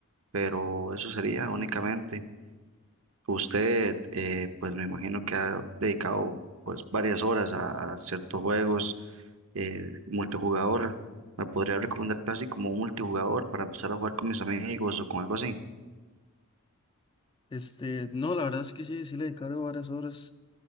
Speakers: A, on the right (about 65°); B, on the left (about 20°).
A: pero eso sería únicamente. Usted, eh, pues me imagino que ha dedicado pues varias horas a, a ciertos juegos eh, multijugador. ¿Me podría recomendar así como un multijugador para empezar a jugar con mis amigos o con algo así?
B: Este, no, la verdad es que sí, sí le he dedicado varias horas,